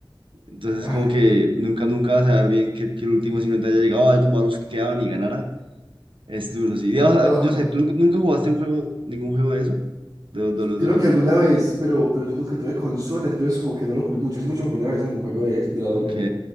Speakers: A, on the right; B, on the right.
A: Entonces,
B: Ay,
A: como que nunca, nunca vas a dar bien que, que el último simplemente haya llegado, haya tomado los que quedaban y ganara. Es duro, sí. Digamos,
B: ajá.
A: ah, yo sé, ¿tú nunca nunca jugaste un juego, ningún juego de eso? ¿De WWE?
B: Creo que alguna vez, pero, pero yo nunca tuve consola, entonces como que no lo jugué mucho. Sí, mucho jugué una vez algún juego de, de la W.
A: Ok.